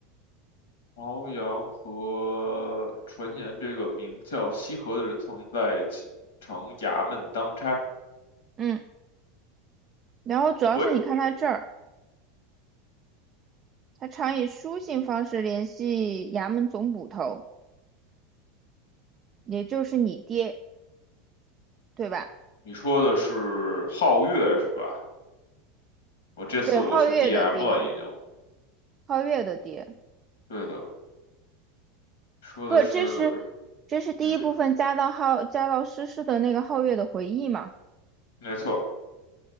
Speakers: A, on the left; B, on the right.
A: 朝阳和传言，这个名叫西河的人曾在锦城衙门当差。
B: 嗯，然后主要是你看他这儿，
A: 对，
B: 他常以书信方式联系衙门总捕头，也就是你爹，对吧？
A: 你说的是皓月是吧？我这次我是
B: 对，皓月的爹，
A: DM 了，已经。
B: 皓月的爹，
A: 对的。说的是，
B: 不，这是这是第一部分加到皓加到诗诗的那个皓月的回忆嘛，
A: 嗯哼，没错